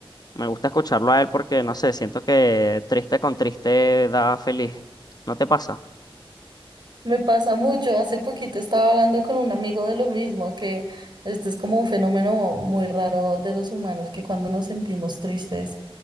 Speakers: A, on the left; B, on the right.
A: me gusta escucharlo a él porque, no sé, siento que triste con triste da feliz. ¿No te pasa?
B: Me pasa mucho, hace poquito estaba hablando con un amigo de lo mismo, que este es como un fenómeno muy raro de los humanos, que cuando nos sentimos tristes,